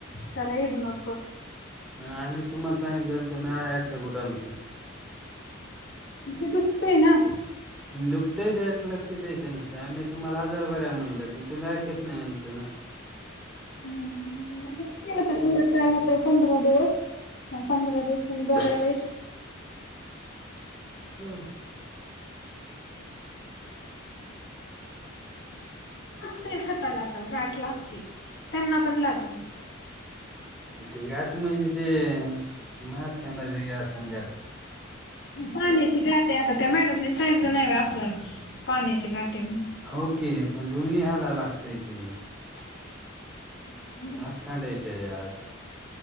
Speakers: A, on the left (about 60°); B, in the centre.
A: त्याला इग्नोर कर.
B: आम्ही तुम्हाला सांगितलेलं तर मी आहे एकट्या कुठ आमचं
A: तिथं दुखतय ना?
B: दुखतय त्या लक्ष द्यायं नसतय आम्ही तुम्हाला हजार बर्या म्हणलंय पण तुम्ही ऐकत नाही आमचं ना?
A: हम्म. आताु काय होते पंधरा दिवस पंधरा दिवसांनी बगायला येत.
B: हं.
A: ते हातालाात गाठ लागते त्यांना पण लागली.
B: ते घाठ म ज ते मास कड ज अस घाट
A: पाण्याची गाठ आता त्या मॅडमने सांगितलं नाही व आपल्याला पाण्याची गाठ आहे म्हणून
B: हो की पण दोन्ही ह्याला लागतय ते
A: हच्छ.
B: मास काांडाय त्याच्यात